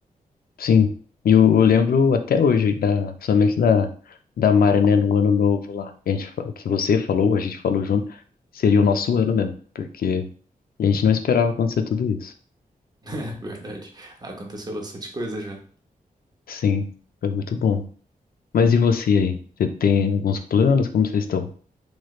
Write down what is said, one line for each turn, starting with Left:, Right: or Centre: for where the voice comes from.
Left: Sim, e eu, eu lembro até hoje, da, principalmente da, da Mari, né, no ano novo lá, que, a gente, fa- que você falou, a gente falou junto, seria o nosso ano mesmo, porque a gente não esperava acontecer tudo isso.
Right: <laughs> Verdade. Aconteceu bastante coisa já.
Left: Sim, foi muito bom. Mas e você aí? Você tem alguns planos? Como vocês estão?